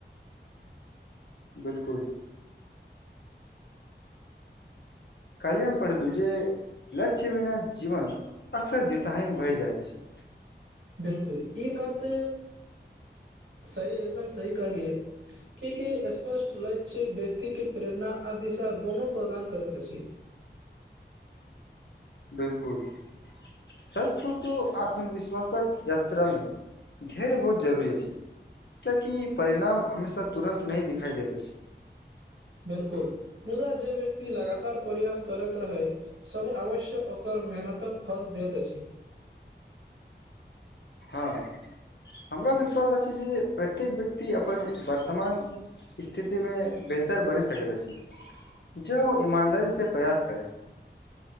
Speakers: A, on the left; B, on the right.
A: बिल्कुल काल्हि हम पढ़लू जे लक्ष्य बिना जीवन अक्सर दिशाहीन भए जाइत अछि
B: बिल्कुल ई बात सही एकदम सही कहलियै क्याकि स्पष्ट लक्ष्य व्यक्ति के प्रेरणा आ दिशा दोनो प्रदान करैत अछि
A: बिल्कुल सच कहू तो आत्मविश्वासक यात्रा मे धेर्य बहुत जरुरी अछी कियाकि परिणाम हमेशा तुरन्त नहि दिखाई देैत अछी
B: बिल्कुल मुदा जे व्यक्ति लगातार प्रयास करैत रहै समय अवश्य ओकर मेहनतक फल देत अछि
A: हँ हमरा विश्वास अछि जे प्रत्येक व्यक्ति अपन वर्तमान स्थितिमे बेहतर बनि सकैत अछि जौ ईमानदारी से प्रयास करै